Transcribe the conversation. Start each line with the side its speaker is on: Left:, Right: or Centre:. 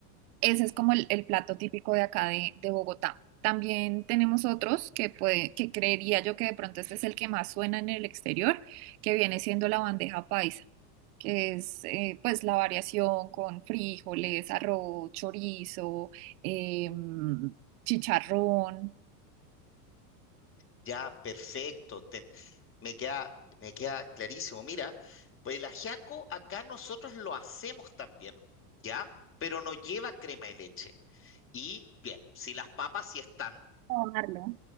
Right: ese es como el, el plato típico de acá de, de Bogotá. También tenemos otros que, puede, que creería yo que de pronto este es el que más suena en el exterior, que viene siendo la bandeja paisa que es eh, pues la variación con frijoles, arroz, chorizo, em, chicharrón.
Left: Ya, perfecto. te- me queda, me queda clarísimo. Mira, pues el ajiaco acá nosotros lo hacemos también, ¿ya? Pero no lleva crema de leche. Y bien, si las papas sí están.
Right: Probarlo.